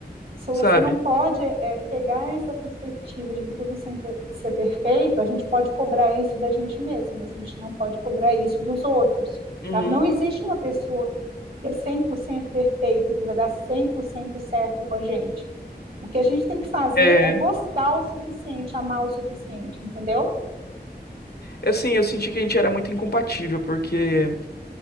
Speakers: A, on the right; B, on the left.
A: se você
B: sabe?
A: não pode é, pegar essa perspectiva de que tudo sem pe- ser perfeito, a gente pode cobrar isso da gente mesmo, mas a gente não pode cobrar isso dos outros.
B: Uhum.
A: Tá? Não existe uma pessoa que é 100% perfeita, que vai dar 100% certo com a gente. O que a gente tem que fazer
B: É,
A: é gostar o suficiente, amar o suficiente, entendeu?
B: E, Assim, eu senti que a gente era muito incompatível, porque